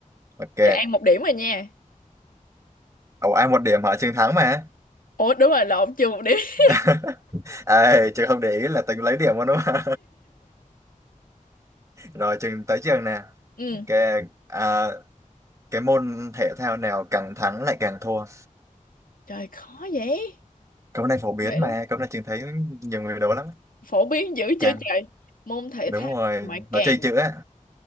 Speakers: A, on the right; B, on the left.
A: ok
B: giờ ăn một điểm rồi nha.
A: ồ ai một điểm hả Trường thắng mà
B: Ủa đúng rồi, lộn chưa một điểm.
A: <laughs>
B: <laughs>
A: Ê, Trường không để ý là Tường lấy điểm luôn đúng không <laughs> rồi Trường tới Trường nè
B: Ừ,
A: ok à, cái môn thể thao nào càng thắng lại càng thua
B: trời khó vậy.
A: câu này phổ biến
B: Thể-
A: mà câu này Trường thấy nhiều người đố lắm
B: Phổ biến dữ
A: càng
B: chưa trời? Môn thể
A: đúng
B: thao
A: rồi
B: mà
A: nó
B: càng
A: chơi chữ á